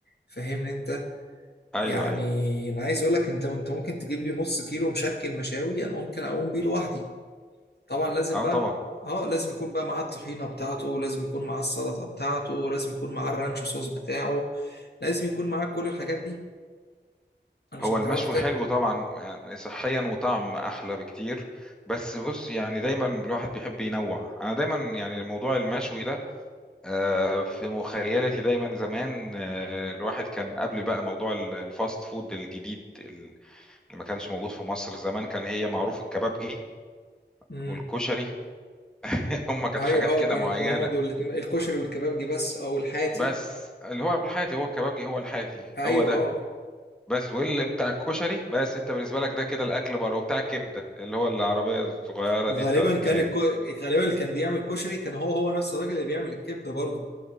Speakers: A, on the left; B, in the centre.
A: فاهمني انت
B: ايوه
A: يعني
B: ايوه
A: انا عايز اقول لك انت انت ممكن تجيب لي نص كيلو مشكل مشاوي انا ممكن اقوم بيه لوحدي طبعا لازم
B: اه
A: بقى
B: طبعا
A: اه لازم يكون بقى معاه الطحينة بتاعته لازم يكون معاه السلطة بتاعته لازم يكون معاه الرانش صوص بتاعه لازم يكون معاه كل الحاجات دي علشان
B: هو المشوي
A: تعرف
B: حلو طبعا يعني صحيا وطعم احلى بكتير بس بص يعني دايما الواحد بيحب ينوع انا دايما يعني موضوع المشوي ده آه، في مخيلتي دايما زمان آه، الواحد كان قبل بقى موضوع ال- الفاست فود الجديد اللي ما كانش موجود في مصر زمان كان هي معروف الكبابجي
A: تاكل
B: والكشري <laughs> هم كانت
A: ايوه
B: حاجات
A: اه
B: كده
A: كانوا
B: معينة
A: كانوا هما دول الاثنين الكشري والكبابجي بس او الحاتي
B: بس اللي هو الحاتي هو الكبابجي هو الحاتي
A: ايوه
B: هو ده
A: اه
B: بس واللي بتاع الكشري بس انت بالنسبه لك ده كده الاكل بره وبتاع الكبده اللي هو العربيه الصغيره
A: وغالبا
B: دي بتاعت الكلاب
A: كان الكو... غالبا اللي كان بيعمل الكشري كان هو هو نفس الراجل اللي بيعمل الكبده برضو